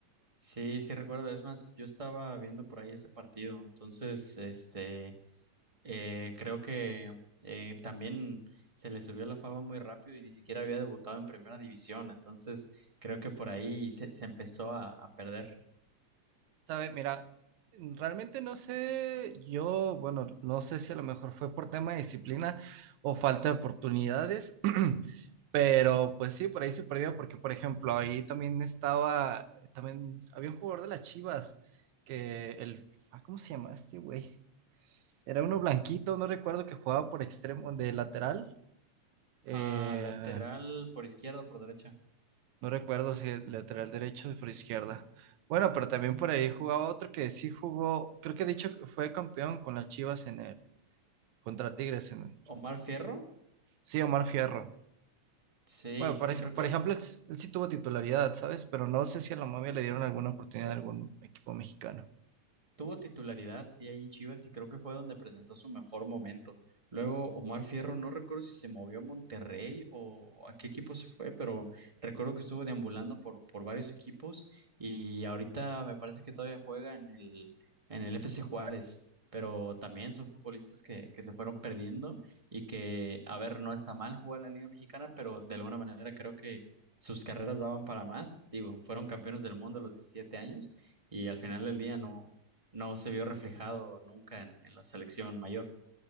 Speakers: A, on the right; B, on the right.
A: Sí, sí recuerdo. Es más, yo estaba viendo por ahí ese partido. Entonces, este, Eh, creo que eh, también se le subió la fama muy rápido y ni siquiera había debutado en primera división, entonces creo que por ahí se, se empezó a, a perder.
B: Sabes, mira, realmente no sé, yo, bueno, no sé si a lo mejor fue por tema de disciplina o falta de oportunidades, <clears throat> pero pues sí, por ahí se perdió, porque por ejemplo, ahí también estaba, también había un jugador de las Chivas, que el, ah, ¿cómo se llama este güey? Era uno blanquito, no recuerdo que jugaba por extremo, de lateral. eh,
A: Ah, lateral por izquierda, o por derecha.
B: No recuerdo si el lateral derecho o por izquierda. Bueno, pero también por ahí jugaba otro que sí jugó, creo que he dicho que fue campeón con las Chivas en el, contra Tigres en el.
A: Omar Fierro.
B: Sí, Omar Fierro.
A: Sí,
B: Bueno, por,
A: sí,
B: ej-
A: creo
B: por
A: que
B: ejemplo, él, él sí tuvo titularidad, ¿sabes? Pero no sé si a la momia le dieron alguna oportunidad a algún equipo mexicano.
A: Tuvo titularidad, sí, ahí en Chivas y creo que fue donde presentó su mejor momento. Luego Omar Fierro, no recuerdo si se movió a Monterrey o a qué equipo se fue, pero recuerdo que estuvo deambulando por, por varios equipos y ahorita me parece que todavía juega en el, en el FC Juárez, pero también son futbolistas que, que se fueron perdiendo y que, a ver, no está mal jugar en la Liga Mexicana, pero de alguna manera creo que sus carreras daban para más. Digo, fueron campeones del mundo a los 17 años y al final del día no no se vio reflejado nunca en, en la selección mayor.